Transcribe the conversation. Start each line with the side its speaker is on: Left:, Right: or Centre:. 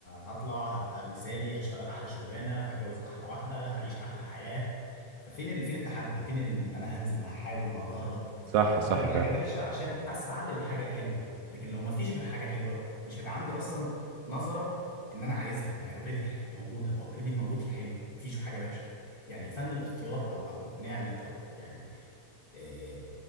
Left: هطلع هبقى مثالي هشتغل احلى شغلانه هتجوز احلى واحده هعيش احلى حياه ففين ال... فين التحدي فين ال... ان انا هنزل وهحاول وهجرب
Right: صح صح
Left: وتيجي حاجه
Right: فاهم
Left: وحشه عشان اسعى للحاجه الحلوه لكن لو ما فيش غير حاجه حلوه مش هيبقى عندي اصلا نظره ان انا عايزها ما هي اوريدي موجوده ما هو اوريدي الموجود الحلو ما فيش حاجه وحشه يعني فن الاختيار او او نعمه او يعني آه،